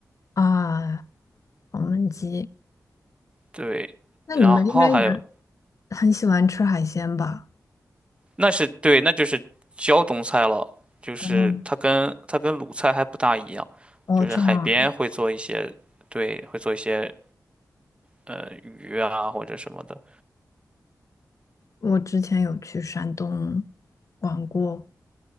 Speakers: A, on the left (about 50°); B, on the right (about 15°).
A: 啊，黄焖鸡。
B: 对，
A: 那你们应该也
B: 然后还有
A: 很喜欢吃海鲜吧？
B: 那是对，那就是胶东菜了，就是它跟它跟鲁菜还不大一样，
A: 哦，哦，
B: 就是海边会做一些，
A: 这样啊，
B: 对，会做一些呃鱼啊或者什么的，
A: 我之前有去山东玩过，